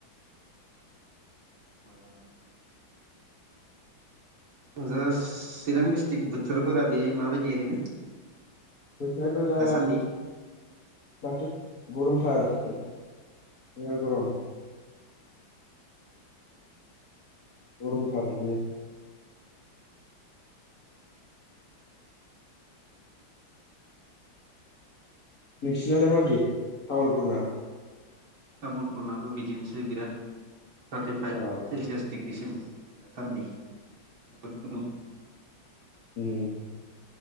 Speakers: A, on the right; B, on the left.
A: मोजाङानो
B: <unintelligible>
A: जास्ट चिरां डिस्ट्रिक बोथोरफोरा बे माबायदि ओरैनो
B: बोथोराथ' दा
A: दासान्दि
B: दाथ' गरमथार जोबोर गरम गरम थार इदिनो नोंसिनालाय माबादि तामुलपुरनि?
A: तामुलपुरनाबो बिदिनोसै बिराद थारतिफाइभ
B: अ
A: सेलसियास दिग दिग्रिसिम दासान्दि जोबोद गुदुं।
B: उम